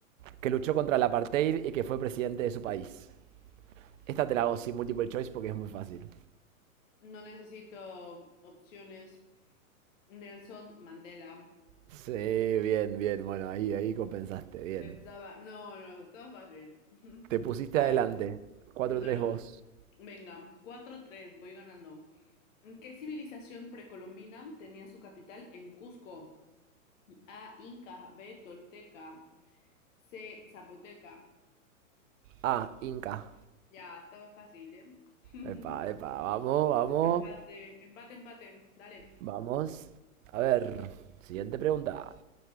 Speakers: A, on the right; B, on the left.
A: que luchó contra el apartheid y que fue presidente de su país? Esta te la hago sin multiple choice porque es muy fácil.
B: No necesito opciones. Nelson Mandela.
A: Sí, bien, bien. Bueno, ahí, ahí compensaste. Bien.
B: Estaba. No, no, estaba fácil. <laughs>
A: Te pusiste
B: A
A: adelante.
B: ver,
A: cuatro
B: no,
A: tres
B: no.
A: vos.
B: Venga, cuatro tres voy ganando. ¿Qué civilización precolombina tenía su capital en Cusco? A, Inca, B, Tolteca, C, Zapoteca.
A: Ah, Inca.
B: Ya, estaba fácil, ¿eh? <laughs>
A: Epa, epa, vamos, vamos,
B: Empate, empate, empate. Dale.
A: vamos. A ver, siguiente pregunta.